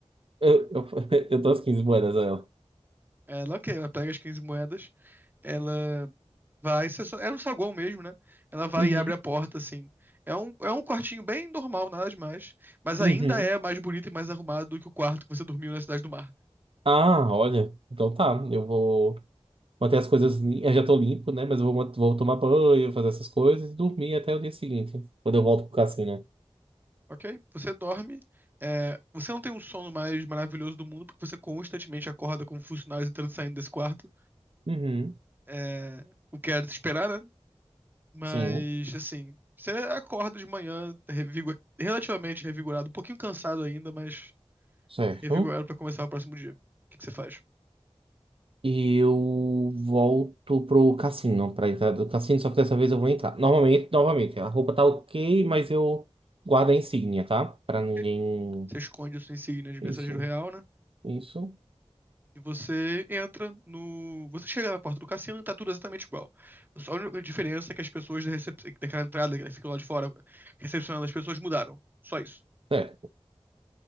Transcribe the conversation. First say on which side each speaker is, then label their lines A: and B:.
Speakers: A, on the right; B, on the right.
A: Eu, eu, <laughs> eu dou as 15 moedas a ela.
B: Ela, ok, ela pega as 15 moedas, ela Vai, isso é só- era um saguão mesmo, né? Ela vai
A: Uhum,
B: e abre a porta, assim. É um, é um quartinho bem normal, nada demais. Mas
A: uhum.
B: ainda é mais bonito e mais arrumado do que o quarto que você dormiu na Cidade do Mar,
A: Ah, olha. Então tá, eu vou manter as coisas limpas. Eu já tô limpo, né? Mas eu vou, man- vou tomar banho, fazer essas coisas e dormir até o dia seguinte, quando eu volto pro cassino.
B: ok? Você dorme, é, você não tem um sono mais maravilhoso do mundo, porque você constantemente acorda com funcionários entrando e saindo desse quarto.
A: Uhum,
B: É, o que era de se esperar, né? Mas,
A: sim,
B: assim, você acorda de manhã revigo- relativamente revigorado, um pouquinho cansado ainda, mas
A: certo.
B: revigorado pra começar o próximo dia. O que que você faz?
A: E eu volto pro cassino, pra entrada do cassino, só que dessa vez eu vou entrar. Normalmente, novamente, a roupa tá ok, mas eu guardo a insígnia, tá? Pra ninguém.
B: Ok? Você esconde a sua insígnia de
A: Isso,
B: mensageiro real, né?
A: isso.
B: E você entra no. Você chega na porta do cassino e tá tudo exatamente igual. Só a única diferença é que as pessoas da recep... daquela entrada que ficam lá de fora recepcionando as pessoas mudaram. Só isso.
A: Certo.